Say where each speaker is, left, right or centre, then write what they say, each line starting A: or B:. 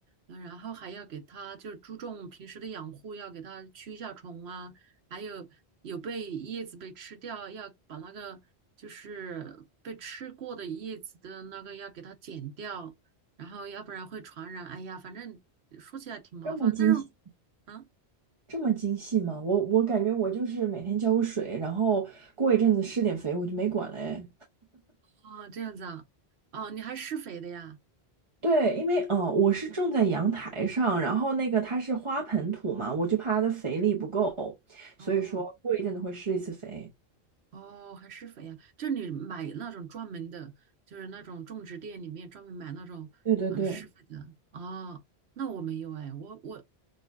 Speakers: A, on the right; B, on the right.
A: 嗯，然后还要给它就是注重平时的养护，要给它驱一下虫啊，还有有被叶子被吃掉，要把那个就是被吃过的叶子的那个要给它剪掉，然后要不然会传染。哎呀，反正说起来挺麻烦，
B: 这么精细，
A: 但是啊。
B: 这么精细吗？我我感觉我就是每天浇个水，然后过一阵子施点肥，我就没管了哎。
A: 哦，这样子啊，哦，你还施肥的呀？
B: 对，因为呃，我是种在阳台上，然后那个它是花盆土嘛，我就怕它的肥力不够，
A: 哦
B: 所以说过一阵子会施一次肥。
A: 哦，还施肥呀？就是你买那种专门的，就是那种种植店里面专门买那种嗯施肥的。
B: 对对对，
A: 哦，那我没有哎，我我